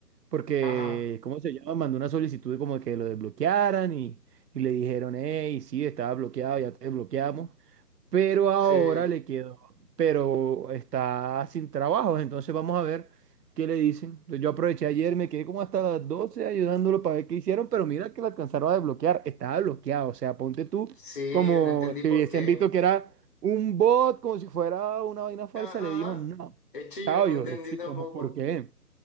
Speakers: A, on the right; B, on the left.
A: Porque,
B: ajá,
A: ¿cómo se llama? Mandó una solicitud como de que lo desbloquearan y, y le dijeron, hey, sí, estaba bloqueado, ya te desbloqueamos pero ahora
B: sí.
A: le quedó, pero está sin trabajo, entonces vamos a ver qué le dicen. Yo aproveché ayer, me quedé como hasta las 12 ayudándolo para ver qué hicieron, pero mira que lo alcanzaron a desbloquear, estaba bloqueado, o sea, ponte tú
B: Sí,
A: como
B: yo no entendí
A: si
B: por
A: hubiesen
B: qué.
A: visto que era un bot, como si fuera una vaina falsa,
B: Ajá.
A: le dijo no.
B: Es chillo,
A: Chao,
B: no
A: yo,
B: entendí
A: "Eh, chico,
B: tampoco.
A: ¿cómo, por qué?